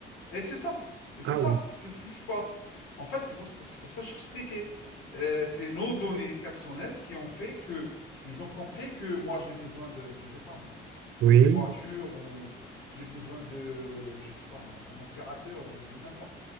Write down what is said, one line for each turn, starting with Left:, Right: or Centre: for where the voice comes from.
Left: Et c'est ça. Et c'est
Right: Ah
Left: ça
Right: oui,
Left: ce qui, c'est ce qui se passe. En fait, c'est pour, c'est pour ça que j'expliquais. Euh, c'est nos données personnelles qui ont fait que ils ont compris que moi, j'ai besoin de, je sais pas moi,
Right: oui,
Left: d'une voiture ou j'ai besoin de, je sais pas, un, un aspirateur ou de n'importe.